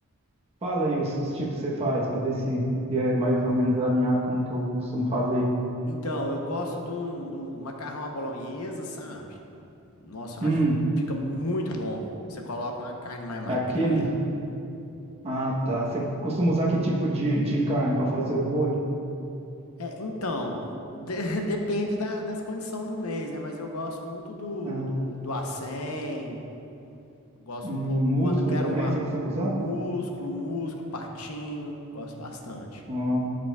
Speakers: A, on the right; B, on the left.
A: Fala aí os, os tipos que você faz, para ver se, se é mais ou menos alinhado com o que eu costumo fazer.
B: Então, eu gosto de um, de um macarrão à bolonhesa, sabe? Nossa, eu
A: Hum,
B: acho que fica muito bom. Você coloca uma carne mais magrinha.
A: é aquele? Ah, tá. Você costuma usar que tipo de, de carne para fazer o molho?
B: É, então, de- <laughs> depende da, das condições do mês, né? Mas eu gosto muito do,
A: Ah,
B: do, do acém, eu gosto
A: hum,
B: um pouco,
A: músculo
B: quando quero
A: também,
B: uma,
A: você costuma usar?
B: músculo, músculo, patinho, gosto bastante.
A: Ah,